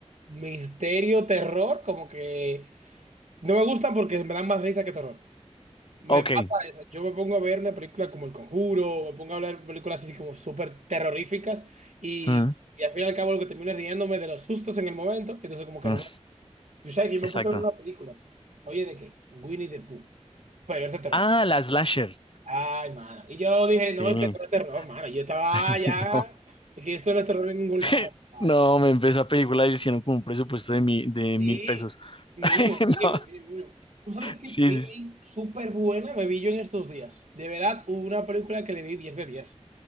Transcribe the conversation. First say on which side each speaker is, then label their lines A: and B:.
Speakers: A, on the right (about 80°); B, on the left (about 45°).
A: misterio, terror, como que no me gustan porque me dan más risa que terror. Me
B: Ok.
A: pasa eso. Yo me pongo a ver una película como El Conjuro, me pongo a ver películas así como súper terroríficas y,
B: Mm,
A: y al fin y al cabo lo que termino es riéndome de los sustos en el momento, entonces como que
B: mm,
A: no me... Yo sabes que yo
B: exacto.
A: me puse a ver una película, oye, ¿de qué? Winnie the Pooh, pero es de terror.
B: Ah, la slasher.
A: Ay, mano. Y yo dije,
B: Sí.
A: no, es que esto no es terror, mano. Yo estaba
B: <laughs>
A: ah, ya,
B: No,
A: es que esto no es terror en ningún
B: <laughs>
A: lado. Ah,
B: no, me empezó a película y hicieron como un presupuesto de, mi, de
A: sí,
B: mil pesos.
A: mínimo,
B: <laughs>
A: mínimo,
B: No,
A: mínimo, mínimo. ¿Tú sabes qué
B: sí,
A: peli
B: sí. sí.
A: súper buena me vi yo en estos días? De verdad, hubo una película que le di 10 de diez